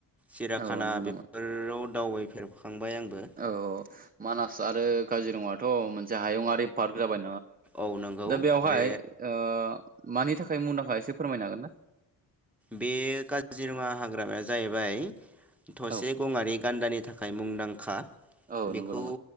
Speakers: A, in the centre; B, on the right.
A: सिराखाना
B: औ नंगौ
A: बेफोराव
B: नामा
A: दावबायफेरबाय। थांबाय आंबो।
B: औ मानास आरो काजिरङाथ' मोनसे हायुङरारि पार्क जाबाय
A: औ नंगौ
B: दा बेवहाय
A: बे
B: ओ मानि थाखाय मुंदांखा एसे फोरमायनो हागोन ना?
A: बे काजिरङा हाग्रामाया जाहैबाय थसे
B: औ
A: गङारि गान्दानि थाखाय मुंदांखा
B: औ
A: बेखौ
B: नंगौ नामा